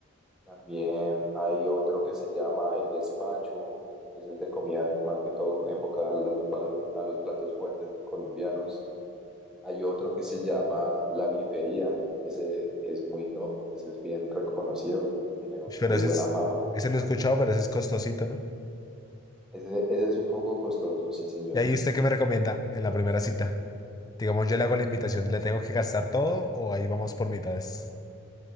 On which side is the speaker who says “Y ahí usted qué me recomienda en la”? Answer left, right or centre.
Left